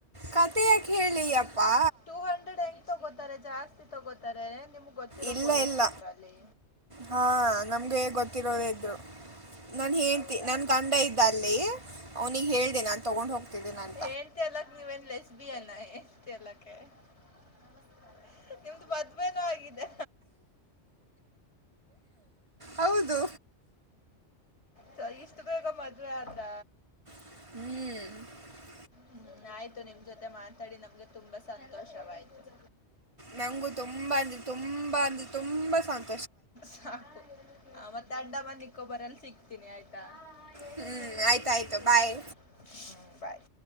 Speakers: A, on the right; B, on the left.
A: ಕಥೆ ಯಾಕೆ ಹೇಳಲಿ ಅಪ್ಪಾ
B: ಟೂ ಹಂಡ್ರೆಡ್ ಹೆಂಗ್ ತಗೋತಾರೆ ಜಾಸ್ತಿ ತಗೋತಾರೆ <inaudible>
A: ಇಲ್ಲ
B: ಪೊಲೀಸ್ರು
A: ಇಲ್ಲ
B: ಇದ್ರಲ್ಲಿ
A: ಹಾ ನಮ್ಗೆ ಗೊತ್ತಿರವ್ರೇ ಇದ್ರು ನಾನ್ ಹೆಂಡ್ತಿ
B: ಹೌದಾ
A: ನನ್ ಗಂಡ ಇದ್ದ ಅಲ್ಲಿ ಅವ್ನಿಗೆ ಹೇಳ್ದಿ ನಾನ ತಗೊಂಡ್ ಹೋಗ್ತಿದ್ದೀನಿ ಅಂತ
B: <unintelligible> ನಿಮ್ದು ಮದ್ವೆನೂ ಆಗಿದೆ
A: ಹೌದು
B: ಸ ಇಷ್ಟು ಬೇಗ ಮದ್ವೆ ಆದ್ರ
A: ಹ್ಮ್
B: ಹ್ಮ್ ಆಯ್ತು ನಿಮ್ ಜೊತೆ ಮಾತಾಡಿ ನಮ್ಗೆ ತುಂಬಾ ಸಂತೋಷವಾಯ್ತು
A: ನಂಗು ತುಂಬಾ ಅಂದ್ರೆ ತುಂಬಾ ಅಂದ್ರೆ ತುಂಬಾ ಸಂತೋಷ
B: ಸಾಕು ಮತ್ತೆ ಅಂಡಮನ ನಿಕೋಬಾರ್ ಅಲ್ಲಿ ಸಿಕ್ತೀನಿ ಆಯ್ತಾ ಹೇಳಿ
A: ಹ್ಮ್
B: ಹೇಳಿ
A: ಆಯ್ತ
B: ಕೇಳಿಸ್ತಿದೆ
A: ಆಯ್ತು ಬಾಯ್
B: ಹ್ಮ್ ಬಾಯ್